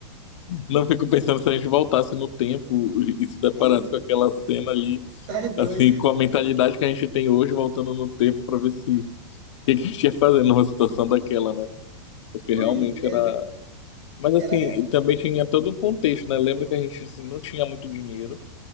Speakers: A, on the left; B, on the right.
A: <laughs> Não fico pensando se a gente voltasse no tempo e se deparasse
B: Eita,
A: com aquela cena ali,
B: é doido.
A: assim, com a mentalidade que a gente tem hoje, voltando no tempo para ver se o que que a gente ia fazer numa situação daquela, né? Porque
B: Pois
A: realmente
B: é,
A: era.
B: né?
A: Mas
B: Era,
A: assim,
B: era-
A: também tinha todo um contexto, né? Lembra que a gente assim, não tinha muito dinheiro.